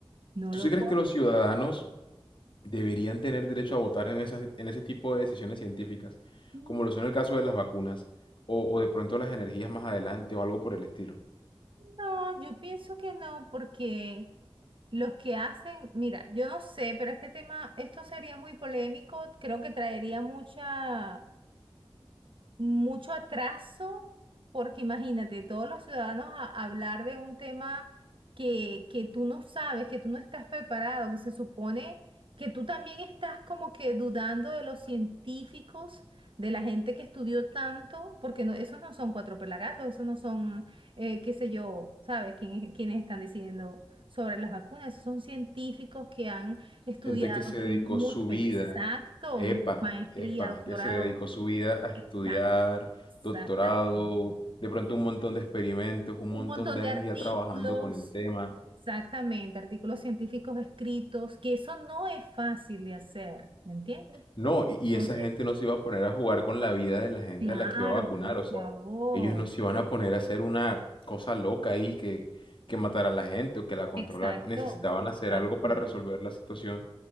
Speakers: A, on the right; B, on the left.
A: No
B: ¿tú
A: lo
B: sí crees
A: puedo
B: que los ciudadanos
A: creer.
B: deberían tener derecho a votar en esas- en ese tipo de decisiones científicas,
A: Mm,
B: como lo son el caso de las vacunas, o, o de pronto las energías más adelante, o algo por el estilo.
A: No, yo pienso que no, porque Los que hacen, mira, yo no sé, pero este tema, esto sería muy polémico, creo que traería mucha mucho atraso, porque imagínate, todos los ciudadanos a hablar de un tema que, que tú no sabes, que tú no estás preparado, que se supone que tú también estás como que dudando de los científicos, de la gente que estudió tanto, porque no, esos no son cuatro pelagatos, esos no son, eh, qué sé yo, ¿sabes? quién quienes están decidiendo sobre las vacunas, esos son científicos que han estudiado,
B: Gente que se
A: que
B: dedicó
A: tienen mucho,
B: su
A: exacto,
B: vida, epa,
A: maestría,
B: epa,
A: doctorado.
B: que se dedicó su vida a estudiar,
A: Exacto. Exactamente.
B: doctorado, de pronto un montón de experimentos, un
A: Un
B: montón
A: montón
B: de
A: de
B: años
A: artículos,
B: ya trabajando con el tema,
A: exactamente, artículos científicos escritos, que eso no es fácil de hacer, ¿me entiendes?
B: No, y y
A: Entonces,
B: esa gente no se iba a poner a jugar con la vida de la gente
A: claro,
B: a la que iba a vacunar,
A: por
B: o sea,
A: favor.
B: ellos no se iban a poner a hacer una cosa loca ahí que, que matara a la gente o que la controlara.
A: Exacto,
B: Necesitaban
A: exacto.
B: hacer algo para resolver la situación